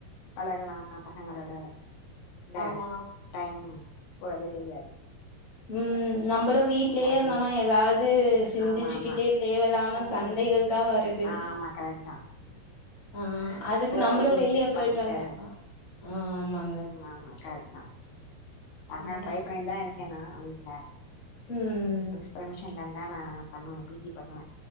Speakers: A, on the left; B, on the left.
A: பழகலா அ பசங்களோட இந்த
B: ஆமா
A: டைம் போறதே தெரியாது
B: ம் நம்பளு வீட்லயே
A: பாக்கலா
B: இருந்தோமன்னா ஏதாவது சிந்திச்சுக்கிட்டே
A: ஆமா ஆமா
B: தேவல்லாம
A: ம்
B: சண்டைகள் தா வருது
A: ஆமா கரெக்ட் தா
B: ஆ அதுக்கு
A: ஓவர்
B: நம்பளு
A: திங்கிங்
B: வெளியே போயிட்டு
A: பண்ணிட்டு
B: வந்தா ஆ ஆ ஆமா
A: ம் ஆமா கரெக்ட் தா பாக்கலா
B: ம்
A: ட்ரை பண்ணிட்தா இருக்கே நா வீட்ல
B: ம்
A: பர்மிஷன் தந்தா நா பண்ணுவே பி ஜி பண்ணுவே